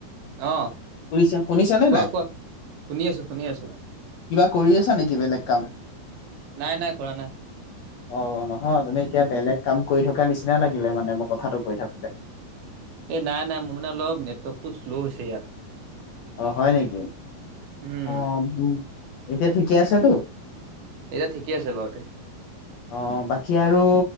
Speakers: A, on the right; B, on the left.
A: অ',
B: শুছা শুনিছা নে
A: কোৱা
B: নাই?
A: কোৱা শুনি আছোঁ শুনি আছোঁ।
B: কিবা কৰি আছা নেকি বেলেগ কাম?
A: নাই নাই কৰা নাই।
B: অ নহয় তুমি এতিয়া বেলেগ কাম কৰি থকা নিচিনা লাগিলে মানে মই কথাটো কৈ থাকোতে।
A: এ নাই নাই মোৰ মানে অলপ নেটৱৰ্কটো শ্ল' হৈছে ইয়াত।
B: অ হয় নেকি
A: উম,
B: অ উ এতিয়া ঠিকে আছেতো।
A: এতিয়া ঠিকে আছে বাৰু।
B: আহ বাকী আৰু।